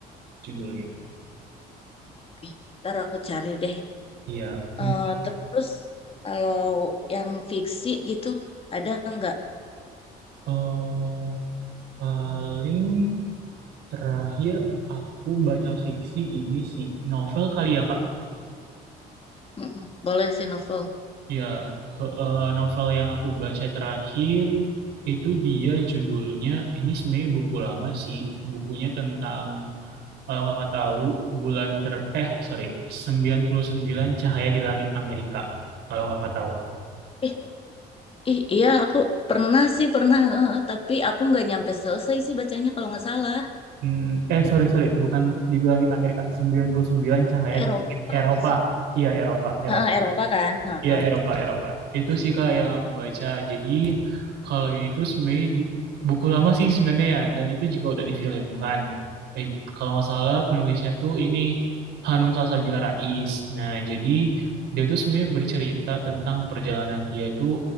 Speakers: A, on the right; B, on the left.
A: judulnya.
B: Oke, Ntar aku cari deh.
A: Iya, mungkin
B: Eh, terus kalau yang fiksi gitu ada nggak?
A: eh, paling Terakhir aku baca fiksi ini sih novel kali ya Kak.
B: Mm-mm, Boleh sih novel.
A: Ya ke eh, novel yang aku baca terakhir itu dia judulnya ini sebenarnya buku lama sih. Bukunya tentang kalau Kakak tahu bulan ter eh sorry 99 Cahaya di Langit Amerika. Kalau Kakak tahu.
B: Ih, ih, iya aku pernah sih pernah, eh, eh, tapi aku nggak nyampe selesai sih bacanya kalau nggak salah.
A: Hmm, eh sorry sorry bukan di langit Amerika sembilan puluh sembilan Cahaya
B: Eropa
A: di Langit Eropa.
B: nggak sih?
A: Iya Eropa Eropa.
B: Eh, eh, Eropa kan? Heeh.
A: Iya Eropa Eropa itu sih kak yang aku baca jadi kalau ini tuh sebenarnya di- buku lama sih sebenarnya ya dan itu juga udah difilmkan Eh, kalau nggak salah penulisnya tuh ini Hanum Salsabila Rais nah jadi dia tuh sebenarnya bercerita tentang perjalanan dia tuh